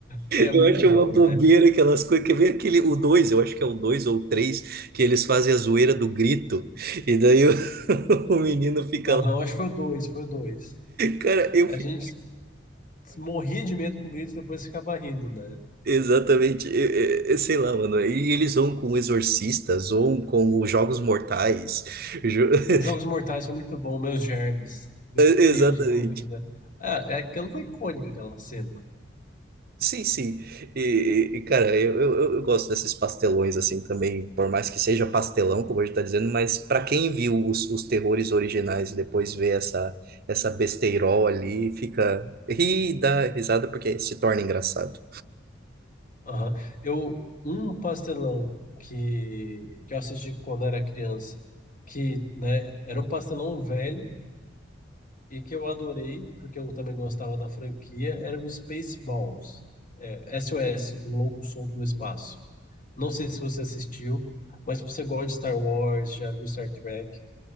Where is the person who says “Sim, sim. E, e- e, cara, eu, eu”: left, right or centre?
Right